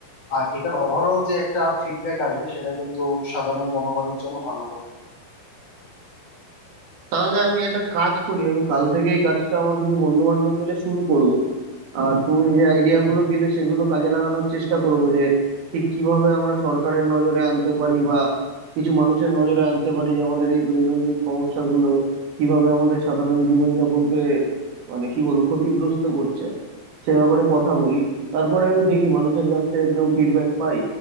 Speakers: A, on the left; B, on the right.
A: আর এটার ওভারঅল যে একটা ফিডব্যাক আসবে সেটা কিন্তু সাধারণ জনগণের জন্য ভালো হবে
B: তাহলে আমি একটা কাজ করি আমি কাল থেকেই কাজটা আমার কিছু বন্ধু বান্ধব মিলে শুরু করব আর তুমি যে আইডিয়া
A: হুম,
B: গুলো দিলে সেগুলো কাজে লাগানোর চেষ্টা করব যে ঠিক কিভাবে আমরা সরকারের নজরে আনতে পারি বা কিছু মানুষের নজরে আনতে পারি যে আমাদের এই দৈনন্দিন সমস্যাগুলো কিভাবে আমাদের সাধারণ
A: হুম,
B: জীবনযাপনকে মানে কি বলবো ক্ষতিগ্রস্ত করছে সে ব্যাপারে কথা বলি তারপরে আমি দেখি মানুষের কাছ থেকে কিরকম ফিডব্যাক পাই